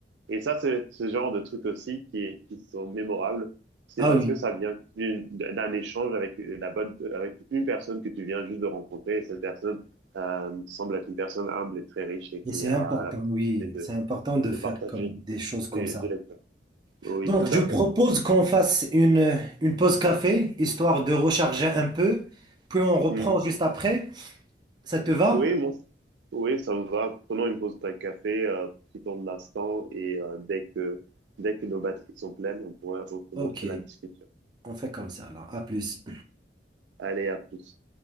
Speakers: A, on the right (about 85°); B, on the right (about 25°).
A: et ça, c'est ce genre de trucs aussi qui, qui sont mémorables c'est
B: Ah
A: parce
B: oui.
A: que ça vient d'une- d'un échange avec la bonne, avec une personne que tu viens juste de rencontrer. Et cette personne euh, semble être une personne humble et très riche et qui
B: Et c'est important,
A: a la possibilité
B: oui.
A: de,
B: C'est important de
A: de
B: faire
A: partager
B: comme des choses comme
A: des-
B: ça.
A: de l'expérience. Oui,
B: Donc,
A: tout à
B: je propose
A: fait.
B: qu'on fasse une, une pause café, histoire de recharger un peu, puis on reprend
A: Hmm.
B: juste après. Ça te va?
A: Oui, moi, c- oui, ça me va. Prenons une pause de café, euh, profitons de l'instant et euh, dès que, dès que nos batteries sont pleines, on pourrait recommencer
B: Ok,
A: la discussion.
B: on fait comme ça alors. À plus.
A: Allez, à plus.